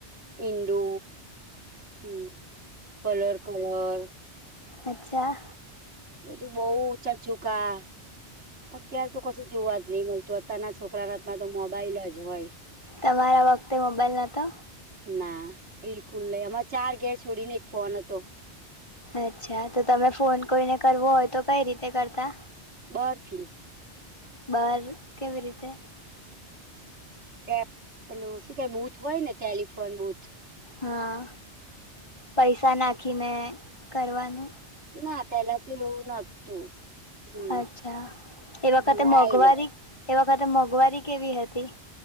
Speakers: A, on the right; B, on the left.
A: ઇન્ડુ હં, કલર કવર.
B: અચ્છા!
A: બધું બઉ ઉચા ચુકા અત્યાર તો કશું જોવા જ નહી મલતું, અત્તારના છોકરાના હાથમાં તો મોબાઈલ જ હોય.
B: તમારા વખતે મોબાઈલ નતો?
A: ના બિલકુલ નઈ. અમાર ચાર ઘેર છોડીને એક ફોન હતો.
B: અચ્છા તો તમે ફોન કોઈને કરવું હોય તો કઈ રીતે કરતા?
A: બારથી.
B: બહાર, કેવી રીતે?
A: ટે, પેલું શું કેવાય બૂથ હોય ને, ટેલિફોન બૂથ
B: હા, પૈસા નાખીને કરવાનું.
A: ના પેલાથી લવું નતું. હમ
B: અચ્છા, એ વખતે
A: હમ ડાયરેક્ટ
B: મોંઘવારી, એ વખતે મોંઘવારી કેવી હતી?